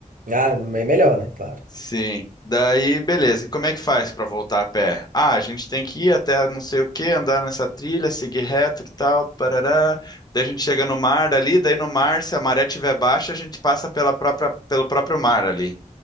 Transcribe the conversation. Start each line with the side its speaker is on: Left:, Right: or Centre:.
Right: Ah, é melhor, né? Claro.
Left: Sim. Daí, beleza. E como é que faz para voltar a pé? Ah, a gente tem que ir até não sei o que, andar nessa trilha, seguir reto e tal, parará. Daí a gente chega no mar dali, daí no mar, se a maré tiver baixa, a gente passa pela própria, pelo próprio mar ali.